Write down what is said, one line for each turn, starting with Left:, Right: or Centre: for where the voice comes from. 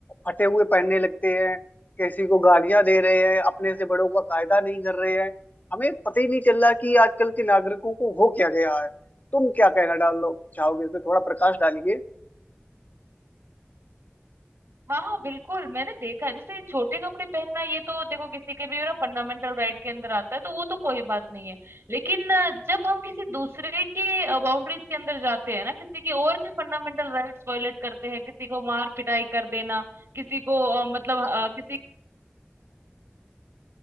Left: फटे हुए पहनने लगते हैं किसी को गालियां दे रहे हैं अपने से बड़ों का कायदा नहीं कर रहे हैं हमें पता ही नहीं चल रहा कि आजकल के नागरिकों को हो क्या गया है तुम क्या कहना डालो चाहोगे इस पे थोड़ा प्रकाश डालिए
Right: हाँ बिल्कुल मैंने देखा है जैसे छोटे कपड़े पहनना ये तो देखो किसी के भी ना फंडामेंटल राइट के अंदर आता है तो वो तो कोई बात नहीं है लेकिन अ, जब हम किसी दूसरे के बाउंड्रीज के अंदर जाते हैं ना किसी की और के फंडामेंटल राइट्स वायलेट करते हैं किसी को मार पिटाई कर देना किसी को अ, मतलब अ, किसी